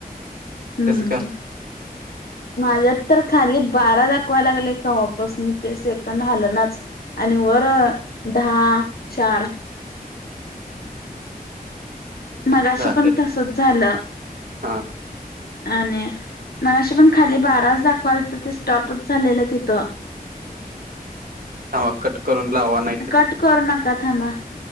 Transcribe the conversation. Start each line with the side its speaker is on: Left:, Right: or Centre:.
Left: हम्.
Right: तसं <unintelligible>
Left: माझ्यात तर खाली बारा दाखवा लागले कव्हापासून ते सेकंद हालनाचं. आणि वरं दहा चार. मघाशी
Right: झालं
Left: पण तसंच झालं.
Right: हा.
Left: आणि, मगाशी पण खाली बाराच दाखवाल तर ते स्टॉपच झालेलं तिथं.
Right: हम्म कट. करून लावा ना.
Left: कट करू नका थांबा,